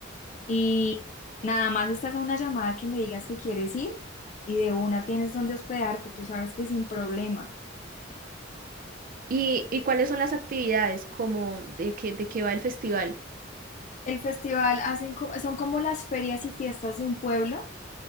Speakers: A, on the left; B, on the right.
A: y nada más estás a una llamada que me digas que quieres ir y de una tienes donde hospedarte, tú sabes que sin problema.
B: ¿Y, y cuáles son las actividades? Como de qué, de qué va el festival.
A: El festival hacen co- son como las ferias y fiestas de un pueblo,